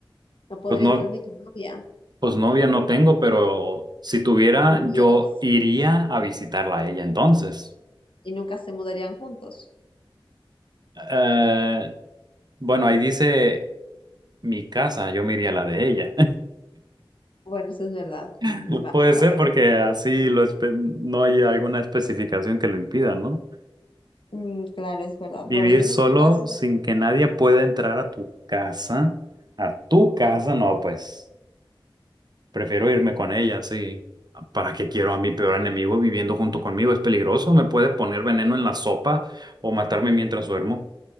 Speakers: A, on the left (about 70°); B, on the right (about 50°).
A: No podría
B: pues no,
A: entrar ni tu novia
B: Pues novia no tengo, pero si tuviera,
A: si tuvieras
B: yo iría a visitarla a ella entonces.
A: y nunca se mudarían juntos.
B: Eh, bueno, ahí dice mi casa, yo me iría a la de ella.
A: Bueno, eso es verdad.
B: <laughs>
A: Vale,
B: Puede
A: vale.
B: ser porque así lo espe- no hay alguna especificación que lo impida, ¿no?
A: Mm, claro, es verdad.
B: Vivir
A: Bueno, yo en
B: solo
A: este caso
B: sin que nadie pueda entrar a tu casa, a tu casa, no, pues. Prefiero irme con ella, sí. ¿Para qué quiero a mi peor enemigo viviendo junto conmigo? Es peligroso, me puede poner veneno en la sopa o matarme mientras duermo.